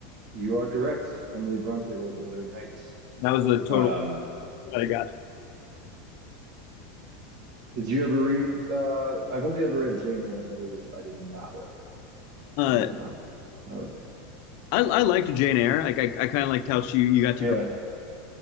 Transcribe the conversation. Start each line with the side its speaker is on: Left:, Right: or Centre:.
Right: you are correct. Emily Bronte wrote *Wuthering Heights*.
Left: That was the total
Right: Um,
Left: that I got.
Right: Did you ever read? Uh, I've only ever read Jane Eyre, but it was I did not like that book.
Left: Uh,
Right: I was not not a fan.
Left: I I liked Jane Eyre. Like I I kind of liked how she you got
Right: Yeah,
Left: to grow.